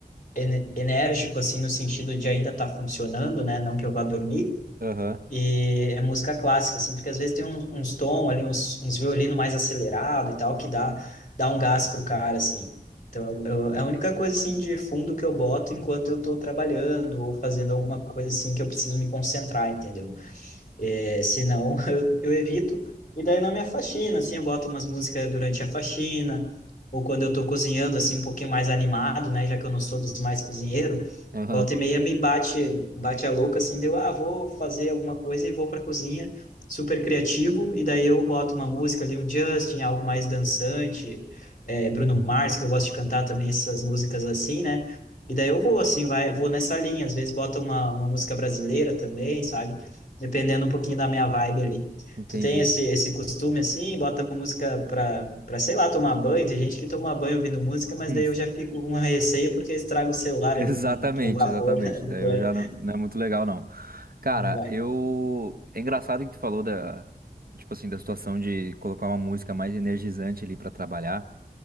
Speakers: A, on the left (about 50°); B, on the right (about 60°).
A: ene- enérgico, assim, no sentido de ainda estar funcionando, né? Não que eu vá dormir.
B: aham,
A: E é música clássica, assim, porque às vezes tem uns, uns tom ali, uns, uns violino mais acelerado e tal, que dá, dá um gás pro cara, assim. Então, eu, eu- é a única coisa, assim, de fundo que eu boto enquanto eu tô trabalhando ou fazendo alguma coisa, assim, que eu preciso me concentrar, entendeu? É, senão <laughs> eu, eu evito. E daí na minha faxina, assim, eu boto umas músicas durante a faxina, ou quando eu tô cozinhando, assim, um pouquinho mais animado, né? Já que eu não sou dos mais cozinheiro,
B: aham.
A: volta e meia me bate, bate a louca, assim, deu, ah, vou fazer alguma coisa e vou pra cozinha, super criativo, e daí eu boto uma música ali, um Justin, algo mais dançante, é, Bruno Mars, que eu gosto de cantar também essas músicas assim, né? E daí eu vou, assim, vai, vou nessa linha, às vezes bota uma, uma música brasileira também, sabe? dependendo um pouquinho da minha vibe ali.
B: Entendi.
A: Tu tem esse, esse costume assim, bota música pra, pra, sei lá, tomar banho. Tem gente que toma banho ouvindo música, mas
B: <laughs>
A: daí eu já fico com uma receio porque estraga o celular
B: Exatamente,
A: ali com, com o vapor
B: exatamente.
A: <laughs> do
B: Daí
A: banho.
B: eu já não, não é muito legal, não. Cara,
A: Não vai.
B: eu. É engraçado que tu falou da. Tipo assim, da situação de colocar uma música mais energizante ali pra trabalhar.